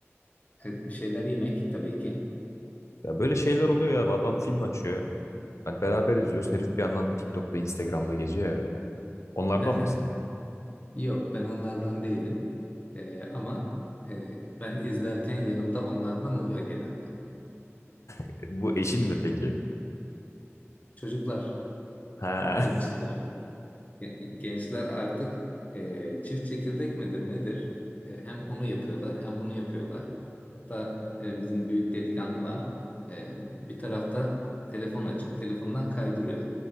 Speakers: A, on the left (about 30°); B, on the left (about 75°).
A: E, Bir şeyler yemek tabii ki.
B: Ya böyle şeyler oluyor ya. Adam film açıyor. Hani beraber izliyoruz. Herif bir yandan TikTok'ta, Instagram'da geziyor ya böyle. Onlardan
A: <laughs>
B: mısın?
A: Yok ben onlardan değilim. E, ama e, ben izlerken yanımda onlardan oluyor genelde.
B: E, Bu eşin mi peki?
A: Çocuklar,
B: Ha.
A: gençler Gen- Gençler artık e, çift çekirdek midir nedir? E, hem onu yapıyorlar hem bunu yapıyorlar. Hatta e, bizim büyük delikanlı var. E, bir tarafta telefon açık, telefondan kaydırıyor.